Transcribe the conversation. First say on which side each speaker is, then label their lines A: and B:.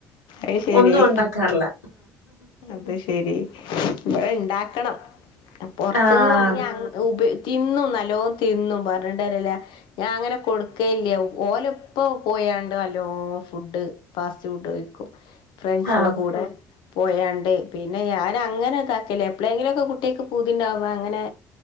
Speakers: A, on the left (about 60°); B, on the left (about 85°).
A: അത് ശരി
B: ഒന്നും ഒണ്ടാക്കാറില്ല
A: അത് ശെരി ഇവിടെ ഇണ്ടാക്കണം പൊറത്ത്ന്ന്
B: ആഹ്
A: വാങ്ങി ഉപ തിന്നും നല്ലോ തിന്നും പറഞ്ഞിണ്ടല്ലല്ല- ഞാൻ അങ്ങനെ കൊടുക്കയില്ല ഓലപ്പ പോയണ്ട് അല്ലോ ഫുഡ് ഫാസ്റ്റ് ഫുഡ് വിക്കും ഫ്രണ്ട്സള്ള
B: ആഹ്
A: കൂടെ പോയണ്ട് പിന്നെ ഞാൻ അങ്ങനെ ഇതാക്കല്ല എപ്പളെങ്കിലും ഒക്കെ കുട്ടിക്ക് പൂതിണ്ടാവ്പ അങ്ങനെ